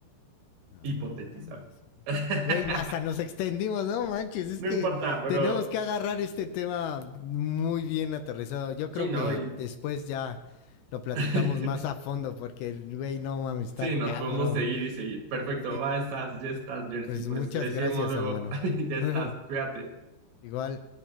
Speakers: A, on the left; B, on the right.
A: No,
B: hipotetizando.
A: no mames, güey.
B: <laughs>
A: Güey, hasta nos extendimos, no manches. Es
B: No
A: que
B: importa, pero
A: tenemos que agarrar este tema muy bien aterrizado. Yo
B: sí,
A: creo
B: ¿no?
A: que
B: Y...
A: después ya lo platicamos
B: <laughs>
A: más a fondo porque, güey, no mames, está
B: Sí, nos
A: cabrón.
B: podemos seguir y seguir. Perfecto,
A: Sí,
B: va, estás, ya estás, Jersey.
A: Pues
B: Pues
A: muchas
B: le seguimos
A: gracias,
B: luego.
A: hermano.
B: <laughs> Ya estás,
A: <laughs>
B: cuídate.
A: Igual.